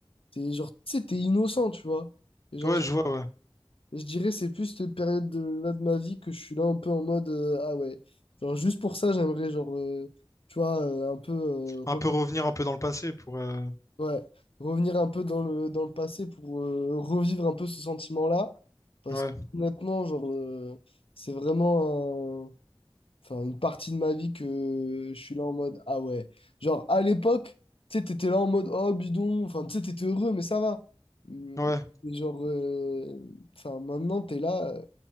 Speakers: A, on the left; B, on the left.
A: t'es genre tu sais t'es innocent tu vois et genre
B: ouais, je vois, ouais.
A: Je dirais c'est plus cette période de, là de ma vie que je suis là un peu en mode euh, ah ouais genre juste pour ça j'aimerais genre euh, tu vois euh, un peu euh, rev-
B: Un peu revenir un peu dans le passé pour... euh,
A: ouais, revenir un peu dans le dans le passé pour euh, revivre un peu ce sentiment-là parce
B: Ouais,
A: que honnêtement genre euh, c'est vraiment un- enfin une partie de ma vie que je suis là en mode ah ouais genre à l'époque tu sais t'étais là en mode oh bidon enfin tu sais t'étais heureux mais ça va Hum,
B: ouais.
A: genre euh, enfin maintenant t'es là euh,